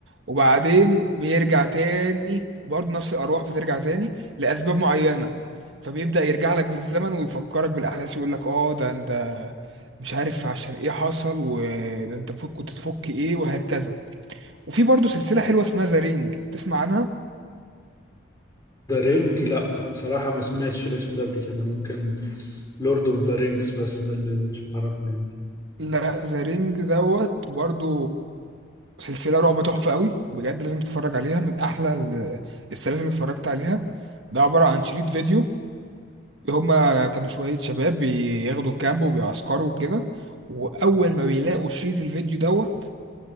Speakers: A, on the right (about 70°); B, on the left (about 15°).
A: وبعدين بيرجع تاني برضه نفس الأرواح بترجع تاني لأسباب معينة فبيبدأ يرجع لك بالزمن ويفكرك بالأحداث يقول لك اه ده انت مش عارف عشان ايه حصل وده انت المفروض كنت تفك ايه وهكذا وفي برضه سلسلة حلوة اسمها ذا رينج تسمع عنها
B: ده رينج لا بصراحة ما سمعتش الاسم ده قبل كده ممكن لورد اوف ذا رينجز بس ده اللي مش عارفه يعني
A: لا ذا رينج دوت برضو سلسلة رعب تحفة قوي بجد لازم تتفرج عليها من أحلى ال- السلاسل اللي اتفرجت عليها ده عبارة عن شريط فيديو هما كانوا شوية شباب بياخدوا كامب وبيعسكروا وكده وأول ما بيلاقوا شريط الفيديو دوت